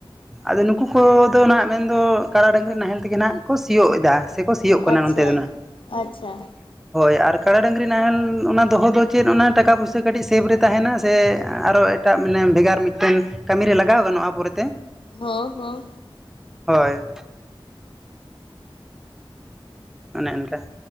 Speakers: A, in the centre; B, on the left.
A: ᱟᱫᱚ ᱱᱩᱠᱩ ᱠᱚᱫᱚ ᱱᱟᱸᱜ ᱢᱮᱱᱫᱚ ᱠᱟᱲᱟ ᱰᱟᱹᱝᱨᱤ ᱱᱟᱦᱮᱞ ᱛᱮᱜᱮ ᱱᱟᱸᱜ ᱠᱚ ᱥᱤᱭᱳᱜ ᱮᱫᱟ ᱾ ᱥᱮᱠᱚ ᱥᱤᱭᱳᱜ ᱠᱟᱱᱟ
B: ᱟᱪᱪᱷᱟ
A: ᱱᱚᱱᱛᱮ ᱫᱚ ᱱᱟᱦᱟᱸᱜ
B: ᱟᱪᱪᱷᱟ
A: ᱾ ᱦᱳᱭ ᱟᱨ ᱠᱟᱰᱟ ᱰᱟᱹᱝᱨᱤ ᱱᱟᱦᱮᱞ ᱚᱱᱟ ᱫᱚᱦᱚ ᱫᱚ ᱪᱮᱫ ᱚᱱᱟ ᱴᱟᱠᱟ ᱯᱩᱭᱥᱟᱹ ᱠᱟᱹᱴᱤᱡ ᱥᱮᱵᱷ ᱨᱮ ᱛᱟᱦᱮᱱᱟ ᱥᱮ ᱟᱨᱚ ᱮᱴᱟᱜ ᱢᱟᱱᱮ ᱵᱷᱮᱜᱟᱨ ᱢᱤᱫᱴᱮᱱ ᱠᱟᱹᱢᱤᱨᱮ ᱞᱟᱜᱟᱣ ᱜᱟᱱᱚᱜᱼᱟ ᱯᱚᱨᱮᱛᱮ ᱾
B: ᱦᱚ ᱦᱚ ᱾
A: ᱦᱳᱭ ᱾ ᱚᱱᱮ ᱚᱱᱠᱟ